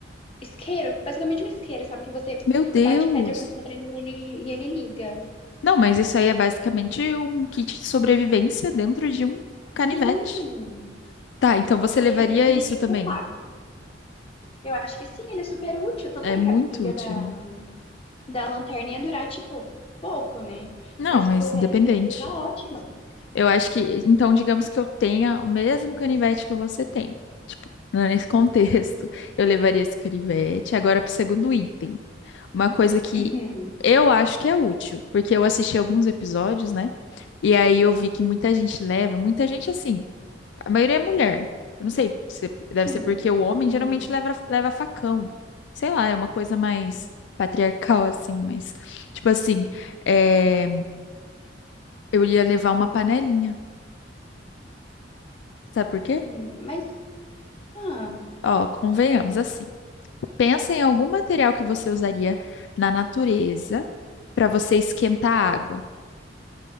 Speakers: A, on the left (about 30°); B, on the left (about 70°).
A: Isqueiro, basicamente um isqueiro, sabe? Que você
B: Meu Deus!
A: bate pedra com pedra e ele, e ele liga.
B: Não, mas isso aí é basicamente um kit de sobrevivência dentro de um canivete.
A: Sim!
B: Tá, então você
A: E
B: levaria
A: ele é pequenininho
B: isso também.
A: e compacto. Eu acho que sim, ele é super útil. Tudo
B: É
A: bem
B: muito
A: que a pilha
B: útil,
A: da,
B: né?
A: da lanterna ia durar, tipo, pouco, né?
B: Não,
A: Mas
B: mas
A: pro resto
B: independente.
A: ele já tá ótimo.
B: Eu acho que, então, digamos que eu tenha o mesmo canivete que você tem. Tipo, nesse contexto, eu levaria esse canivete agora pro segundo item. Uma coisa que
A: Uhum,
B: eu acho que é útil, porque eu assisti alguns episódios, né? E aí eu vi que muita gente leva, muita gente assim, a maioria é mulher. Eu não sei, se- deve
A: sim.
B: ser porque o homem
A: Uhum.
B: geralmente leva, leva facão. Sei lá, é uma coisa mais patriarcal, assim, mas, tipo assim, é, eu ia levar uma panelinha. Sabe por quê?
A: Hum, Mas, ah,
B: Ó, convenhamos assim. Pensa em algum material que você usaria na natureza para você esquentar água.